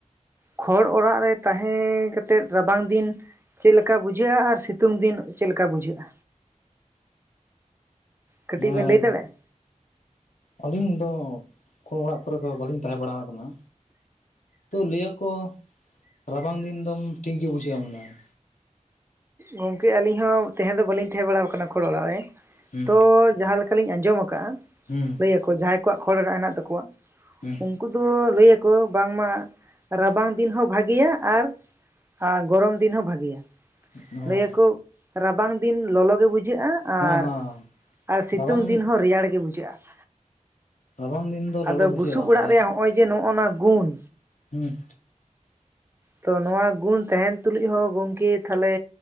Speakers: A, on the right; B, on the left.
A: ᱠᱷᱚᱲ ᱚᱲᱟᱜ ᱨᱮ ᱛᱟᱦᱮᱸ ᱠᱟᱛᱮᱫ ᱨᱟᱵᱟᱝ ᱫᱤᱱ- ᱪᱮᱫ ᱞᱮᱠᱟ ᱵᱩᱡᱷᱟᱹᱜᱼᱟ, ᱟᱨ ᱥᱤᱛᱩᱝ ᱫᱤᱱ ᱪᱮᱫ ᱞᱮᱠᱟ ᱵᱩᱡᱷᱟᱹᱜᱼᱟ? ᱠᱟᱹᱴᱤᱡ
B: ᱦᱳᱭ
A: ᱵᱮᱱ ᱞᱟᱹᱭ ᱫᱟᱲᱮᱭᱟᱜᱼᱟ
B: ᱟᱹᱞᱤᱧ ᱫᱚ ᱠᱷᱚᱲ ᱚᱲᱟᱜ ᱠᱚᱨᱮᱫᱚ ᱵᱟᱹᱞᱤᱧ ᱛᱟᱦᱮᱸ ᱵᱟᱲᱟ ᱟᱠᱟᱱᱟ᱾ ᱛᱚ ᱞᱟᱹᱭᱟᱠᱚ ᱨᱟᱵᱟᱝ ᱫᱤᱱ ᱫᱚᱢ ᱴᱷᱤᱠ ᱜᱮ ᱵᱩᱡᱷᱟᱹᱜᱼᱟ ᱢᱚᱱᱮ ᱦᱳᱭ᱾
A: ᱜᱚᱝᱠᱮ ᱟᱹᱞᱤᱧ ᱦᱚᱸ ᱛᱟᱦᱮᱸ ᱫᱚ ᱵᱟᱹᱞᱤᱧ ᱛᱟᱦᱮᱸ ᱵᱟᱲᱟ ᱠᱟᱱᱟ ᱠᱷᱚᱲ ᱚᱲᱟᱜ, ᱨᱮ
B: ᱦᱚᱭ
A: ᱛᱚ ᱡᱟᱦᱟᱸ ᱞᱮᱠᱟ ᱞᱤᱧ ᱟᱸᱡᱚᱢ ᱠᱟᱫᱼᱟ,
B: ᱦᱩᱸ
A: ᱞᱟᱹᱭᱟ ᱠᱚ ᱡᱟᱦᱟᱸᱭ ᱠᱚᱣᱟᱜ ᱠᱷᱚᱲ ᱦᱮᱱᱟᱜ ᱛᱟᱠᱚᱣᱟ,
B: ᱦᱩᱸ
A: ᱩᱱᱠᱩ ᱫᱚ ᱞᱟᱹᱭ ᱠᱚ ᱵᱟᱝᱢᱟ ᱨᱟᱵᱟᱝ ᱫᱤᱱ ᱦᱚᱸ ᱵᱷᱟᱜᱤᱭᱟ ᱟᱨ ᱜᱚᱨᱚᱢ ᱫᱤᱱ ᱦᱚᱸ ᱵᱷᱟᱜᱭᱟ᱾
B: ᱦᱮᱸ
A: ᱞᱟᱹᱭᱟᱠᱚ ᱨᱟᱵᱟᱝ ᱫᱤᱱ ᱞᱚᱞᱚᱜ ᱜᱮ ᱵᱩᱡᱷᱟᱹᱜᱼᱟ, ᱟᱨ,
B: ᱦᱮᱸ
A: ᱟᱨ ᱥᱤᱛᱩᱝ
B: ᱨᱟᱵᱟᱝ
A: ᱫᱤᱱ ᱦᱚᱸ ᱨᱮᱭᱟᱲ ᱜᱮ ᱵᱩᱡᱷᱟᱹᱜᱼᱟ᱾
B: ᱨᱟᱵᱟᱝ ᱫᱤᱱ ᱫᱚ
A: ᱟᱫᱚ
B: ᱞᱚᱞᱚ ᱵᱩᱡᱷᱟᱹᱜᱼᱟ
A: ᱵᱩᱥᱩᱵ ᱚᱲᱟᱜ
B: ᱵᱟᱲᱟᱭ
A: ᱨᱮᱭᱟᱜ ᱦᱚᱸᱜᱼᱚᱭ ᱡᱮ ᱱᱚᱜᱼᱚᱭ ᱱᱚᱣᱟ ᱜᱩᱱ᱾
B: ᱦᱩᱸ
A: ᱛᱚ ᱱᱚᱣᱟ ᱜᱩᱱ ᱛᱟᱦᱮᱱ ᱛᱩᱞᱩᱡ ᱦᱚᱸ ᱜᱚᱝᱠᱮ ᱛᱟᱦᱞᱮ